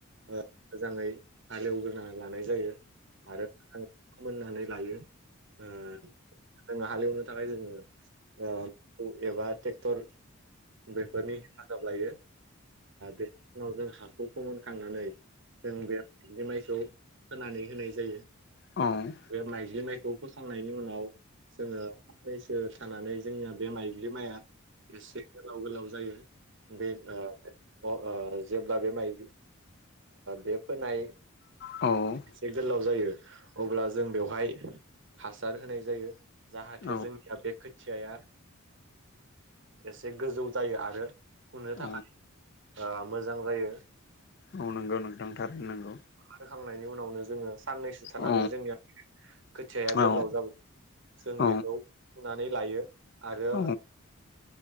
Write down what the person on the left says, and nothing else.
औ
औ
औ
औ
औ नोंगौ नोंथांथार नांगौ
औ
औ
औ
औ